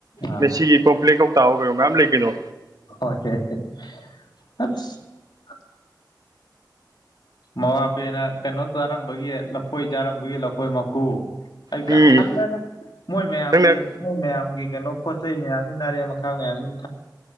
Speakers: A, on the left (about 70°); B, on the right (about 55°).
A: ꯑꯥ
B: ꯉꯁꯤꯒꯤ ꯀꯣꯝꯄ꯭ꯂꯦꯛ ꯇꯥꯎ ꯀꯣ ꯃꯌꯥꯝꯦꯝ ꯂꯩꯒꯗꯣ
A: <unintelligible> ꯃꯕꯥꯄꯦꯅ ꯀꯩꯅꯣ ꯆꯥꯔꯝꯕꯒꯤ ꯂꯐꯣꯏ ꯆꯥꯔꯝꯕꯒꯤ ꯂꯐꯣꯏ ꯃꯀꯨ ꯑꯩ
B: ꯎꯝ
A: ꯀꯥ ꯊꯜꯂꯦꯅ ꯃꯣꯏ ꯃꯌꯥꯝꯒꯤ
B: ꯅꯪꯅ
A: ꯃꯣꯏ ꯃꯌꯥꯝꯒꯤ ꯀꯩꯅꯣ ꯄꯣꯠ ꯆꯩ ꯃꯌꯥꯝꯁꯤ ꯑꯥꯔꯦꯝꯕ ꯈꯛ ꯃꯌꯥꯝꯖꯤꯅꯥ